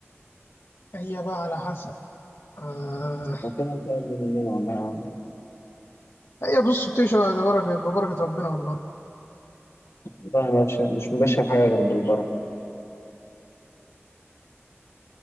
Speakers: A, on the left; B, on the left.
A: هي بقى على حسب آه
B: ربنا سهل لي مننا والله يا عم
A: هي بص بتمشي بقى ببركه ببركه ربنا والله
B: والله ما بش- مش مبشر بحاجة غير بالبركة